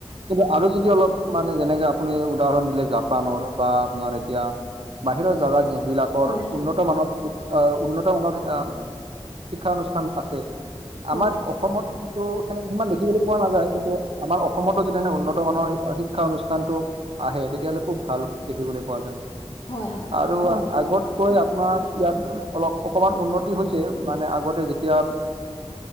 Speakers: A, on the right; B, on the left.
A: কিন্তু আৰু যদি অলপ মানে যেনেকে আপুনি উদাহৰণ দিলে জাপানৰ বা আপোনাৰ এতিয়া বাহিৰৰ জেগাত যিবিলাকৰ
B: হয়
A: উন্নত মানৰ আঁহ উন্নত মানৰ অঁ শিক্ষানুষ্ঠান আছে,
B: হয়
A: আমাৰ অসমত ত' সেনেকে ইমান দেখিবলৈ পোৱা নাযায়, কিন্তু আমাৰ অসমতো যেতিয়া সেনে উন্নত মানৰ শিক্ষা অনুষ্ঠানটো আহে তেতিয়াহ'লে খুব ভাল দেখিবলৈ পোৱা যায়।
B: হয় হয়
A: আৰু আগতকৈ আপোনাৰ ইয়াত অলপ অকণমান উন্নতি হৈছে, মানে আগতে যেতিয়া